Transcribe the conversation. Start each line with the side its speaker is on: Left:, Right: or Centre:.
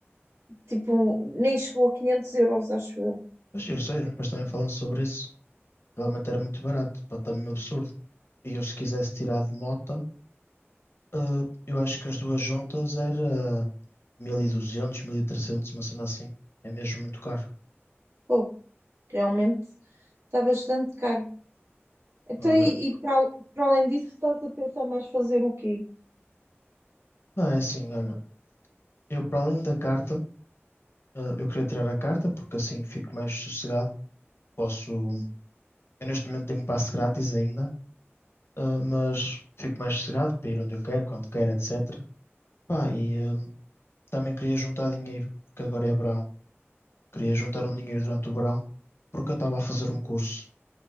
Right: tipo, nem chegou a 500 euros, acho eu.
Left: Mas eu sei, os meus pais também falam sobre isso. Realmente era muito barato, pá, está mesmo absurdo. E eu, se quisesse tirar de mota, eh, eu acho que as duas juntas era 1200, 1300, uma cena assim. É mesmo muito caro.
Right: Pô, realmente está bastante caro. Então,
Left: Olha,
Right: e, e para, al- para além disso, estás a pensar mais fazer o quê?
Left: não é assim, olha. Eu, para além da carta, eh, eu queria tirar a carta porque assim fico mais sossegado. Posso. Eu, neste momento, tenho passe grátis ainda, eh, mas fico mais sossegado para ir onde eu quero, quando quero, etc. Pá, e eh, também queria juntar dinheiro, porque agora é verão. Queria juntar um dinheiro durante o verão porque eu estava a fazer um curso